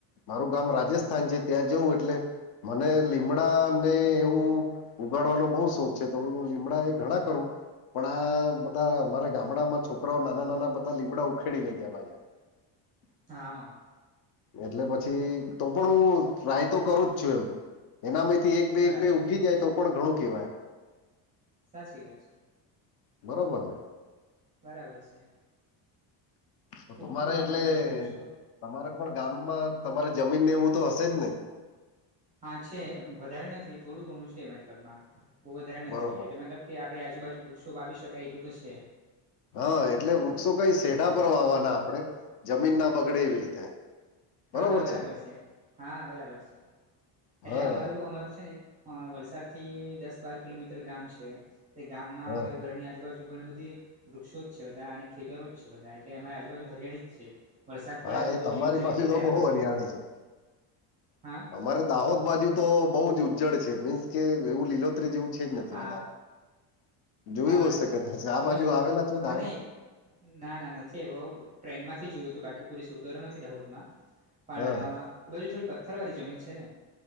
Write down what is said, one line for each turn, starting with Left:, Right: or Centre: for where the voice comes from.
Left: મારું ગામ રાજસ્થાન છે ત્યાં જવું એટલે મને લીમડા ને એવું ઉગાડવાનો બહુ શોખ છે તો હું લીમડા એ ઘણા કરું. પણ આ બધા અમારા ગામડામાં છોકરાઓ નાના નાના બધા લીમડા ઉખેડી લઈ ગયાજા પછા. <inaudible>
Right: હા.
Left: એટલે પછી તો પણ હું ટ્રાય તો કરું જ છું એમ. એનામાંથી એક બે
Right: બરાબર
Left: એક બે ઉગી જાય તો પણ ઘણું કેહેવાય.
Right: સાચી વાત છે.
Left: બરોબર ને.
Right: બરાબર છે.
Left: તો તમારે
Right: ઉઘું આ
Left: એટલે
Right: વૃક્ષ તો
Left: તમારે પણ ગામમાં તમારે જમીનને એવું તો હશે જ ને.
Right: હા છે વધારે નથી થોડું ઘણું છે મતલબમાં બહુ વધારે નથી
Left: બરોબર
Right: એટલે મતલબ કે આપે આજુબાજુ વૃક્ષો વાવી શકાય એટલું તો છે.
Left: હા એટલે વૃક્ષો કઈ સેઢ પર
Right: હમ.
Left: વાવાના આપડણે જમીન ના પગડે
Right: હમ
Left: એવી રીતે
Right: હા
Left: બરોબર
Right: હા બરાબર
Left: ને
Right: છે હા હા બરાબર છે એટલે
Left: હા
Right: અમારું અમારું છે ને. હ વલસાડ થી દસ બાર કિલોમીટર ગામ છે તે ગામમાં
Left: હા
Right: અમારી ઘરની આજુબાજુ. ઘણી બધી વૃક્ષો જ છે બધા અને ખેતરો જ છે બધા એટલે અમારી આજુબાજુ હરિયાળી જ છે. વરસાદ
Left: હા
Right: પડે તો
Left: એ
Right: બધું
Left: તમારી
Right: લીલોતરી
Left: પાસે
Right: જ દેખાય
Left: તો બહુ
Right: આપણને
Left: હરિયાળી છે
Right: હા
Left: અમારે. દાહોદ બાજુ તો બઉુ જ ઉજ્જળ છે મીન્સ કે એવું લીલોત્રી જેવું. છે જ નથી
Right: હા
Left: વધારે જોયું
Right: હા અચ્છા
Left: હશે કાચ આ
Right: એ
Left: બાજુ આવેલા છો તો
Right: હા
Left: દાહોદ.
Right: નહી ના ના નથી એવ ટ્રેન માંથી જોયું હતું બાકી કોઈ દિવસ ઉતરો નથી દાહોદ માં. પણ
Left: હા
Right: એ બાજુ થોડી પથ્થર વાળી જમીન છે ને